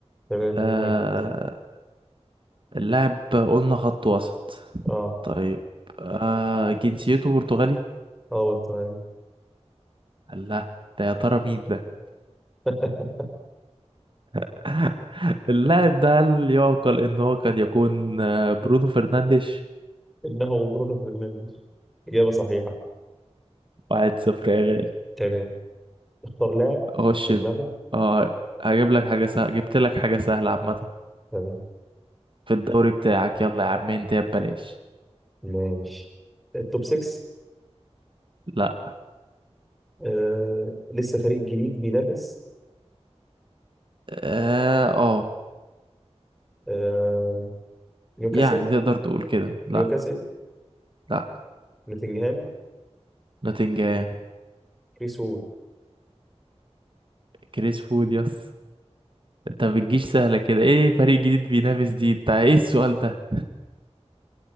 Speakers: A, in the centre; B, on the right.
A: تمام
B: آه
A: اليونايتد
B: اللاعب قلنا خط وسط
A: اه
B: طيب آه جنسيته برتغالي
A: اه والتمام
B: لا ده يا ترى مين ده
A: <laughs>
B: <laughs> اللاعب ده هل يعقل ان هو قد يكون آه، برونو فرنانديش
A: إنه برونو فرنانديز إجابة صحيحة
B: واحد صفر يا غالي
A: تمام اختار لاعب
B: اخش
A: في
B: ال-
A: دماغك
B: اه هجيب لك حاجة سهلة جبت لك حاجة سهلة عامة
A: تمام
B: في الدوري بتاعك يلا يا عم انت يا ببلاش
A: ماشي التوب 6
B: لا
A: آه لسه فريق جديد بينافس
B: اه آه.
A: آه نيوكاسل
B: يعني تقدر تقول كده لا
A: نيوكاسل
B: لا
A: نوتنجهام
B: نوتنجهام
A: كريس وود
B: كريس فود يس انت بتجيش سهلة كده ايه فريق جديد بينافس دي انت ايه السؤال ده